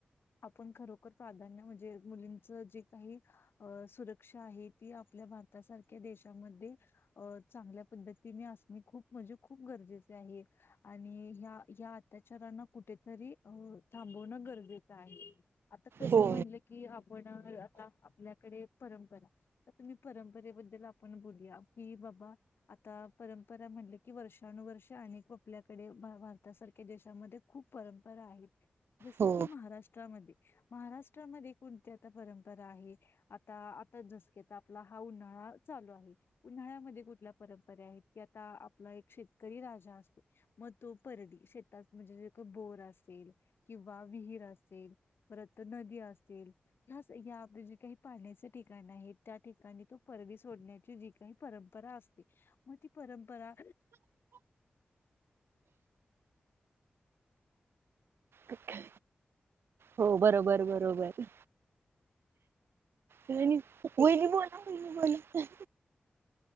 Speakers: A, on the left (about 70°); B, on the right (about 80°).
A: आपण खरोखर प्राधान्य म्हणजे मुलींचं जे काही अ सुरक्षा आहे ती आपल्या भारतासारख्या देशामध्ये अ चांगल्या पद्धती मी असणे खूप म्हणजे खूप गरजेचे आहे. आणि ह या अत्याचारांना कुठेतरी अ थांबण गरजेचं आहे आता तसं
B: हो
A: म्हटलं की पण आता आपल्याकडे परंपरा आता आपण परंपरेबद्दल आपण बोलूया की बाबा आता परंपरा म्हणले की वर्षानुवर्ष अनेक आपल्याकडे भारतासारख्या देशामध्ये खूप परंपरा आहेत जस
B: हो
A: की महाराष्ट्रामध्ये, महाराष्ट्रामध्ये कोणत्या? परंपरा आहे आता आता जस क तर आपला हा उन्हाळा चालू आहे. उन्हाळ्यामध्ये कुठल्या परंपरे आहेत की आता आपला एक शेतकरी राजा असतो. मग तो परली शेतात म्हणजे जे का बोर असेल किंवा विहीर असेल परत नदी असेल ह्या ह आपले जी काही पाण्याचे ठिकाण आहेत त्या ठिकाणी तो परदी सोडण्याची जी काही परंपरा असते मग ती परंपरा
B: अच्छा हो बरोबर बरोबर. वईनी वईनी बोला वईनी बोला.